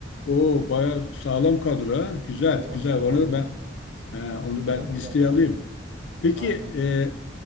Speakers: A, on the left; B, on the right.
A: Oo bayağı sağlam kadro ha. Güzel,
B: Bayağı
A: güzel.
B: sağlam
A: Onu da
B: ya.
A: ben e, onu
B: Bayağı
A: ben
B: güzel
A: listeye
B: yani.
A: alayım. Peki
B: Aynen.
A: e,